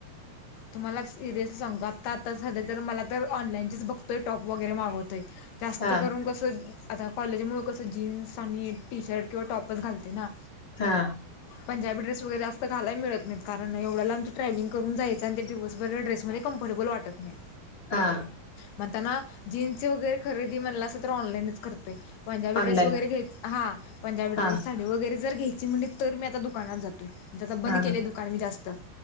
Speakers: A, on the left; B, on the left.
A: तुम्हाला सिरियस सांगतो आता आता झालं तर मला तर ऑनलाईन च बघतोय टॉप वगैरे मागवतोय जास्त
B: हा
A: करून कसं आता कॉलेजमुळ कसं जीन्स आणि टी शर्ट किंवा टॉपर्स घालते ना
B: हा <unintelligible>
A: पंजाब ्रेस वैगरे जास्त घालायला मिळत कारण एवढ्याला आमं ट्रॅ्हलिंगूनयं <unintelligible> दिवसभर ड्रेसमध्ये कमफर्टेबल वाटत नाही
B: हा
A: म्हणताना <unintelligible> जीन्स वगैरे खरेदी म्हणलासा तर असं तर ऑनलाईनच करतोय पंजाबीड्रेस
B: ऑनलाईन
A: वगैरे घय ह पंजबी
B: हा
A: ्रे साडी वगैरे जर घेतय <unintelligible> तर मी आता दुकानात जातोय म्हणे आता बंद
B: हा
A: केले दुकान मी जास्त